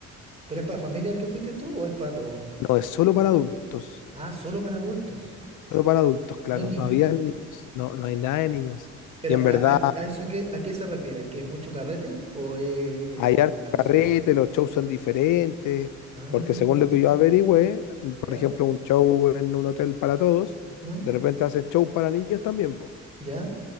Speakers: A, on the right (about 20°); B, on the left (about 85°).
A: ¿Pero es para familia el que fuiste tú o es para todos?
B: no es solo para adultos.
A: Ah, solo para adultos,
B: Solo para adultos, claro.
A: no hay Claro. niños.
B: No había niños. No, no hay nada de niños.
A: Pero
B: Y en
A: ¿a,
B: verdad
A: a- a eso qué, a qué se refiere? ¿Hay que mucho carrete o es
B: hay
A: de
B: harto
A: descanso?
B: carrete, los shows son diferentes,
A: Ah,
B: porque según lo que yo averigüé, por
A: ya,
B: ejemplo, un show en un hotel para todos,
A: ah,
B: de repente hacen show para niños también, po.
A: ya.